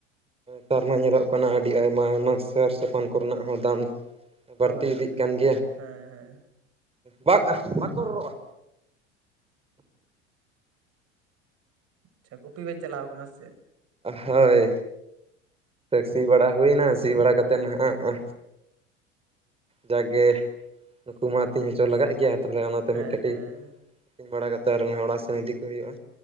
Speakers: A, on the right; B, on the right.
A: ᱱᱮᱛᱟᱨ ᱢᱟ ᱧᱮᱞᱚᱜ ᱠᱟᱱᱟ ᱟᱹᱰᱤ ᱟᱭᱢᱟ ᱟᱭᱢᱟ ᱥᱟᱨ ᱯᱟᱱ ᱠᱚ ᱨᱮᱱᱟᱜ ᱦᱚᱸ ᱫᱟᱢ ᱵᱟᱹᱲᱛᱤ
B: ᱦᱳᱭ
A: ᱤᱫᱤᱜ
B: ᱦᱳᱭ
A: ᱠᱟᱱ ᱜᱮᱭᱟ
B: ᱦᱮᱸ ᱦᱮᱸ
A: ᱵᱟᱝ-ᱟ ᱵᱟᱠᱚ ᱨᱚᱨᱚᱜ-ᱟ
B: ᱟᱪᱪᱷᱟ ᱜᱩᱯᱤ ᱵᱮᱱ ᱪᱟᱞᱟᱣ ᱟᱠᱟᱱᱟ ᱥᱮᱜ
A: ᱦᱳᱭ ᱥᱤ ᱵᱟᱲᱟ ᱦᱩᱭᱱᱟ ᱥᱤ ᱵᱟᱲᱟ ᱠᱟᱛᱮ ᱛᱮ ᱱᱟᱦᱟᱜ-ᱟ ᱡᱟᱜᱮ ᱱᱩᱠᱩ ᱢᱟ ᱟᱹᱛᱤᱧ ᱦᱚᱪᱚ ᱞᱟᱜᱟᱜ ᱜᱮᱭᱟ ᱛᱟᱦᱚᱞᱮ ᱚᱱᱟ ᱛᱮ
B: ᱦᱮᱸ
A: ᱢᱤᱫ ᱠᱟᱹᱴᱤᱡ
B: ᱦᱮᱸ
A: ᱟᱹᱛᱤᱧ ᱵᱟᱲᱟ ᱠᱟᱛᱮ ᱟᱨ ᱚᱲᱟᱜ ᱥᱮᱱ ᱤᱫᱤ ᱠᱚ ᱦᱩᱭᱩᱜ-ᱟ